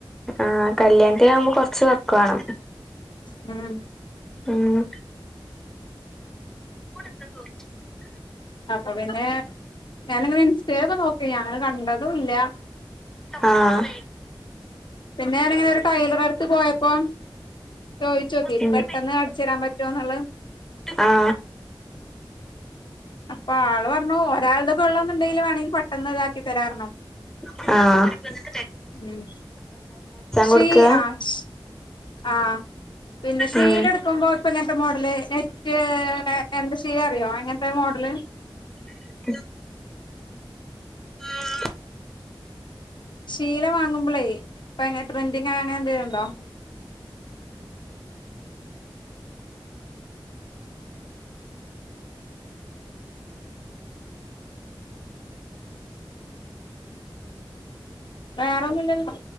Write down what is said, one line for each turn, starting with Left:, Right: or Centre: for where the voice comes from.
Centre: അ ആ കല്ലിയാനത്തിനാവുമ്പോ കൊർച് വർക്ക്‌ വേണം
Left: മ്മ്
Centre: ഉം <unintelligible>
Left: അപ്പൊ പിന്നെ ഞാനങ്ങനെ ഇൻസ്റ്റെലൊക്കെ നോക്കി അങ്ങനെ കണ്ടതുല്ല
Centre: ആഹ
Left: പിന്നെ ഞാനിങ്ങനെ ഒരു ടൈലറെ അടുത്ത് പോയപ്പോ ചോയിച്ചോക്കി
Centre: ഉം
Left: പെട്ടെന്ന് അടിച്ചരാൻ പറ്റൊന്നുള്ളത്
Centre: ആ
Left: അപ്പൊ ആള് പറഞ്ഞു ഒരാൾത് കൊള്ളാന്നുണ്ടെങ്കില് വേണെങ്കിൽ പെട്ടെന്ന് ഇതാക്കി തരാന്നർഞ്ഞു
Centre: ആഹ
Left: ഉം ശ്രീ
Centre: കൊടുക്ക
Left: ആഷ് ആഹ പിന്നെ ഷീല
Centre: ഉം
Left: ഇട്ക്കുമ്പോ ഇപ്പ ഇ ങ്ങനത്തെ മോഡല് നെറ്റ് എന്താ ചെയ്യാ അറിയോ എങ്ങനത്തെ മോഡല്
Centre: <inaudible> ആഹ
Left: ശീല വാങ്ങുമ്പളേ ഇപ്പങ്ങനെ ട്രെൻഡിങ് അങ്ങനെ എന്തേലുണ്ടോ വേറൊ ന്നും ഇല്ലല്ലോ